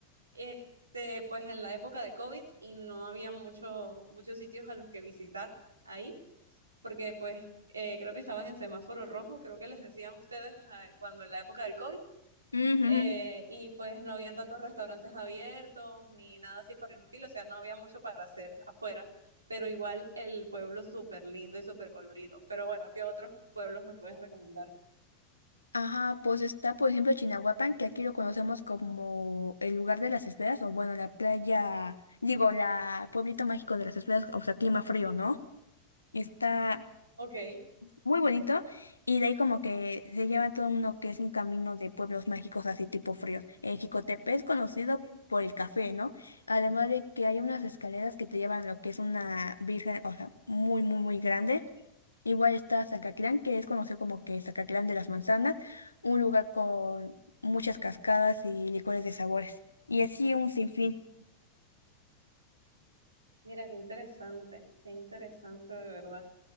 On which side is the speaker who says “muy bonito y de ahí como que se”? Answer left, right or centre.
Left